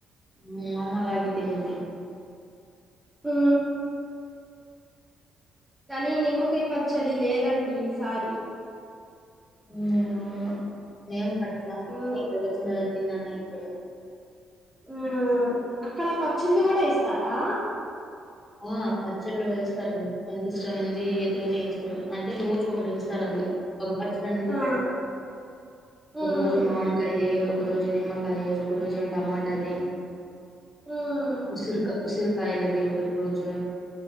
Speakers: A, on the left (about 25°); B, in the centre.
A: మా మ్మమ్మా అలాగె తినింది
B: ఊ కానీ నిమ్మకాయ్ పచ్చడి లేదండి ఈ సారి
A: ఉం అవును నేన్పట్ల
B: మ్మ్
A: కానీ ఇక్కడకొచ్చిన్ తరవాత్తిన్నా నేను గూడా
B: ఉమ్ అక్కడ పచ్చళ్ళు కూడా ఏస్తారా
A: ఆ పచ్చళ్ళు వేస్తారు మనకిస్ ష్టమైంది ఏదైనా యేస్కో అంటె రోజ్కొకటేస్తారు ఆల్ళు ఒక పచ్చడనేది
B: ఆ
A: పెడతారు
B: మ్మ్
A: ఒక రోజు మాడికాయది ఒక రోజు నిమ్మకాయ ఒక రోజు టమాటాది
B: మ్మ్
A: ఉసిరుకా ఉసిరకాయలది ఒకట్రోజు